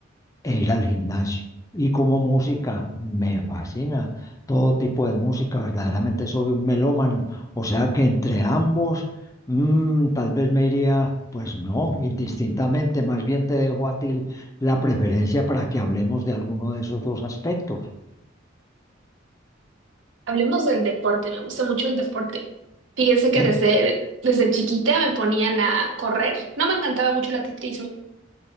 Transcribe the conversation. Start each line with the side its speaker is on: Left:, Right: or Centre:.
Left: e ir al gimnasio. Y como música, me fascina todo tipo de música. Verdaderamente soy un melómano. O sea que entre ambos, mm, tal vez me iría, pues no, indistintamente. Más bien te dejo a ti la preferencia para que hablemos de alguno de esos dos aspectos.
Right: Hablemos del deporte, me gusta mucho el deporte. Fíjese que
Left: <laughs>
Right: desde, desde chiquita me ponían a correr. No me encantaba mucho el atletismo,